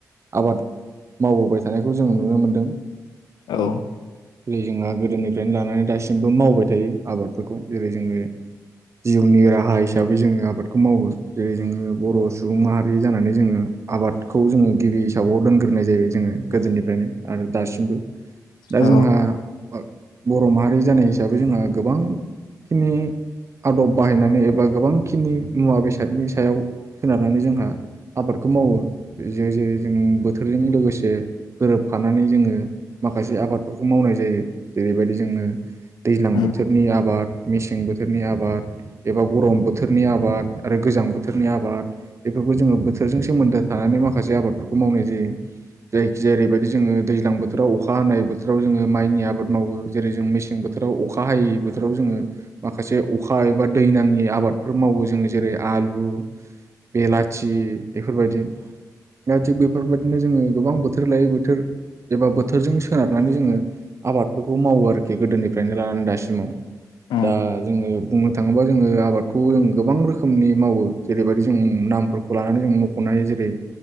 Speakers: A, on the right; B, on the left.
A: आबाद मावबोबाय थानायखौ जों नुनो मोनदों
B: औ
A: खाै जोंहा गोदोनिफ्रायनो लानानै दासिमबो मावबाय थायो आबाद फोरखौ जेरै जोङो जिउनि राहा हिसाबै जोङो आबादखौ मावो जेरै जोङो बर' सुबुं माहारि जानानै जोङो आबादखौ जोङो गिबि फिथाबआव दोनग्रोनाय जायो जोङो गोदोनिफ्रायनो आरो दासिमबो दा
B: औ
A: जोंहा बर' माहारि जानाय हिसाबै जोंहा गोबांखिनि आदब बाहायनानै एबा गोबांखिनि मुवा बेसादनि सायाव सोनारनानै जोंहा आबादखौ मावो जे जे जों बोथोरजों लोगोसे गोरोबफानानै जोङो माखासे आबादफोरखौ मावनाय जायो जेरैबायदि जोङो दैज्लां
B: उम
A: बोथोरनि आबाद मेसें बोथोरनि आबाद एबा गरम बोथोरनि आबाद आरो गोजां बोथोरनि आबाद बेफोरखौ जोङो बोथोरजों सोमोन्दो थानानै माखासे आबादफोरखौ मावनाय जायो जायखि जेरैबायदि जोङो दैज्लां बो थोराव अखा हानाय बोथोराव जोङो माइनि आबाद मावो जेरै जों मेसें बोथोराव अखा हायै बोथोराव जोङो माखासे अखा एबा दै नाङि आबादफोर मावो जोङो जेरै आलु बेलाथि बेफोरबायदि दा थिग बेफोरबायदिनो जोङो गोबां बोथोर लायै बोथोर एबा बोथोरजों सोनारनानै जोङो आबादफोरखौ मावो आरोखि गोदोनिफ्रायनो लानानै दासिमाव
B: उम
A: दा जोङो बुंनो थाङोबा जोङो आबादखौ जों गोबां रोखोमनि मावो जेरैबायदि जों नामफोरखौ लानानै जों मख'नो हायो जेरै